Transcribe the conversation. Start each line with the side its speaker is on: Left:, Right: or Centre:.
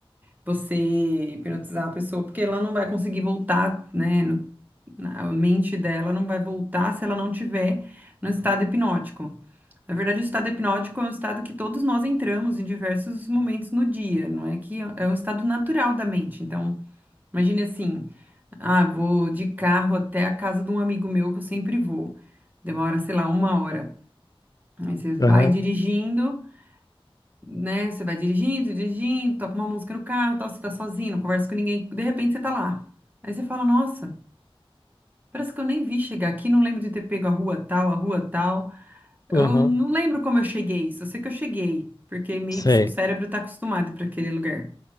Right: você hipnotizar a pessoa, porque ela não vai conseguir voltar, né? A mente dela não vai voltar se ela não tiver no estado hipnótico. Na verdade, o estado hipnótico é um estado que todos nós entramos em diversos momentos no dia, não é que é é um estado natural da mente. Então, imagine assim: ah, vou de carro até a casa de um amigo meu que eu sempre vou. Demora, sei lá, uma hora. Aí você vai
Left: Aham,
Right: dirigindo, né? Você vai dirigindo, dirigindo, toca uma música no carro, tal, você tá sozinho, não conversa com ninguém, de repente você tá lá. Aí você fala, nossa. Parece que eu nem vi chegar aqui, não lembro de ter pego a rua tal, a rua tal. Eu
Left: uhum,
Right: não lembro como eu cheguei, só sei que eu cheguei, porque meio
Left: sei.
Right: que o cérebro está acostumado para aquele lugar.